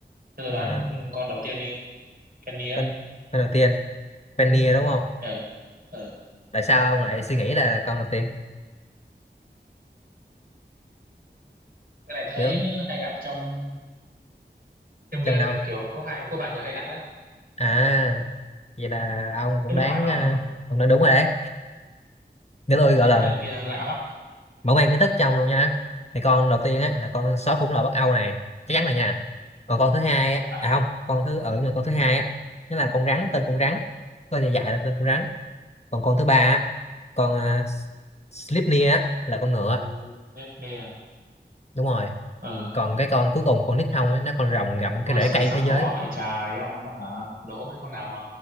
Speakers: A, on the right; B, on the left.
A: Thế tôi
B: à,
A: đoán con đầu tiên đi Penny á
B: tên tên đầu tiên Fennia đúng không
A: ờ ờ
B: tại sao ông lại suy nghĩ là con đầu tiên
A: cái này thấy
B: kiểu
A: hay gặp trong trong game
B: trong
A: này
B: đâu
A: kiểu có hai có vài người hay đặt á
B: à vậy là ông cũng
A: thế có
B: đoán
A: phải không
B: à, ông đoán đúng rồi đấy nếu tôi gọi
A: mấy
B: là
A: cái tên kia lạ hoắc
B: mở mang kiến thức trong luôn nha thì con đầu tiên á là con sói khủng lồ Bắc Âu này chắc chắn rồi nha còn con thứ hai á
A: à
B: à không con thứ ở ừ, con thứ hai á nó là con rắn tên con rắn tên dài dài là tên con rắn còn con thứ ba á con uh, Slipnir á là con ngựa
A: ừ, Nefne à
B: đúng rồi
A: ờ
B: còn cái con cuối cùng con nít hông ấy nó con rồng gặm
A: ôi
B: cái rễ
A: sao,
B: cây
A: sao
B: thế
A: khó
B: giới
A: vậy trời ông mà hả đố mấy con nào mà